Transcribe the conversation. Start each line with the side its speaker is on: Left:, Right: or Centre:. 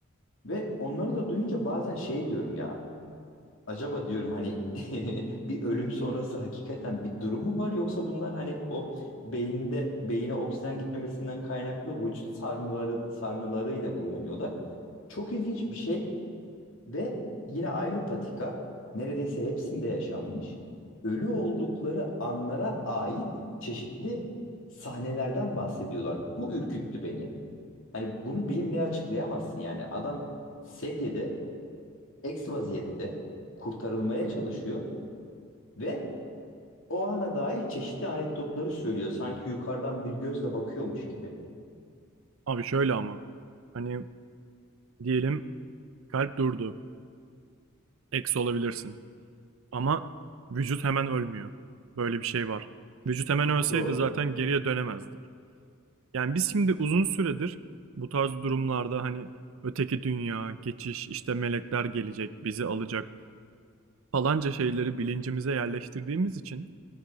Left: Ve onları da duyunca bazen şey diyorum ya acaba diyorum hani <laughs> bir ölüm sonrası hakikaten bir durum mu var yoksa bunlar hani o beyninde beyine oksijen gitmemesinden kaynaklı vücut sarnıları sarnılarıyla mı uyanıyorlar? Çok ilginç bir şey ve yine aynı patika neredeyse hepsinde yaşanmış. Ölü oldukları anlara ait çeşitli sahnelerden bahsediyorlar. Bu ürküttü beni. Hani bunu bilimle açıklayamazsın yani adam sedyede, eks vaziyette kurtarılmaya çalışıyor. Ve o ana dair çeşitli anekdotları söylüyor. Sanki yukarıdan bir gözle bakıyormuş gibi.
Right: Abi şöyle ama hani diyelim kalp durdu. Eksi olabilirsin. Ama vücut hemen ölmüyor. Böyle bir şey var. Vücut hemen ölseydi
Left: Doğru.
Right: zaten geriye dönemezdik. Yani biz şimdi uzun süredir bu tarz durumlarda hani öteki dünya, geçiş, işte melekler gelecek, bizi alacak falanca şeyleri bilincimize yerleştirdiğimiz için